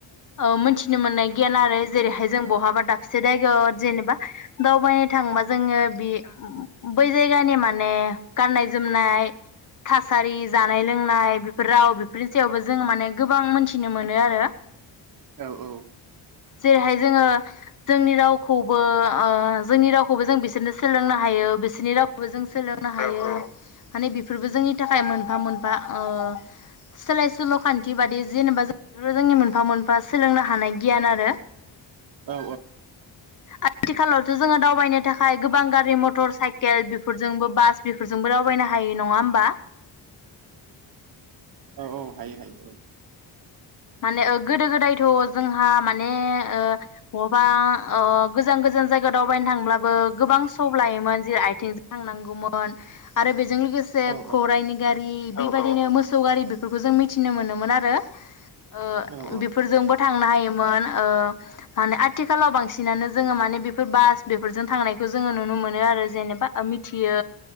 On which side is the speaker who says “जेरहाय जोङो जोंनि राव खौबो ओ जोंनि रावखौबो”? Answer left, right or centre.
Left